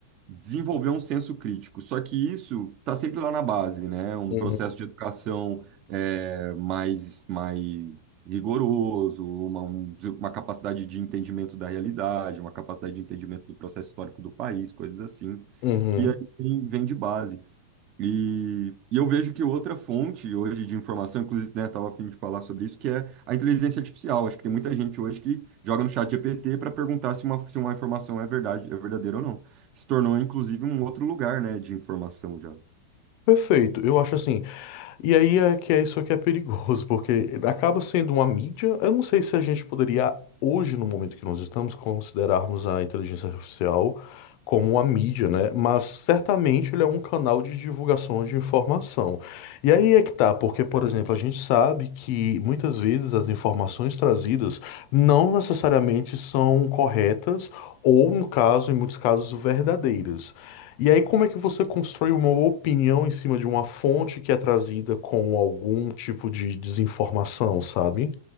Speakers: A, on the right (about 30°); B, on the left (about 40°).
A: desenvolver um senso crítico. Só que isso está sempre lá na base, né? Um
B: Uhum,
A: processo de educação é, mais, mais rigoroso, uma, um- uma capacidade de entendimento da realidade, uma capacidade de entendimento do processo histórico do país, coisas assim,
B: uhum.
A: que aí vem, vem de base. E, e eu vejo que outra fonte hoje de informação, inclusive, né, estava a fim de falar sobre isso, que é a inteligência artificial. Acho que tem muita gente hoje que joga no chat GPT para perguntar se uma, se uma informação é verdade, é verdadeira ou não. Se tornou, inclusive, um outro lugar, né, de informação já.
B: Perfeito. Eu acho assim, E aí é que é isso que é perigoso, porque acaba sendo uma mídia. Eu não sei se a gente poderia, hoje, no momento que nós estamos, considerarmos a inteligência artificial como uma mídia, né? Mas certamente ele é um canal de divulgação de informação. E aí é que tá, porque, por
A: É.
B: exemplo, a gente sabe que muitas vezes as informações trazidas não necessariamente são corretas ou, no caso, em muitos casos, verdadeiras. E aí, como é que você constrói uma opinião em cima de uma fonte que é trazida com algum tipo de desinformação, sabe?